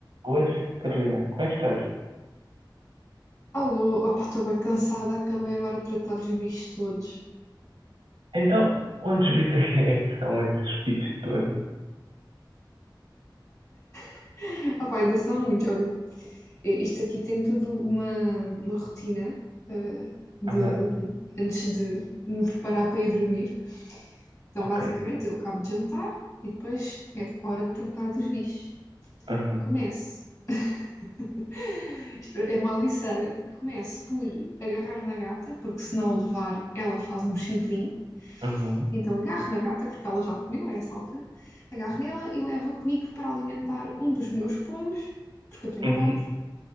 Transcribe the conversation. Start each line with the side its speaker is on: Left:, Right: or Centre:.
Right: Boas, Carolina, como é que estás?
Left: Alô, opá, estou bem cansada, acabei agora de tratar dos bichos todos.
Right: Então, quantos bits é que são esses bits todos?
Left: <laughs> Opá, ainda são muitos, olha, eh, isto aqui tem tudo uma, uma rotina eh, de,
Right: Ah,
Left: antes de me preparar para ir dormir. Então,
Right: ok.
Left: basicamente, eu acabo de jantar e depois é hora de tratar dos bichos.
Right: Aham,
Left: Começo, <laughs> isto é uma odisseia, começo por agarrar na gata, porque se não a levar, ela faz um chifrinho.
Right: aham,
Left: Então agarro na gata, porque ela já comeu a essa altura, agarro nela e levo-a comigo para alimentar um dos meus pombos, porque eu tenho
Right: uhum,
Left: pombos,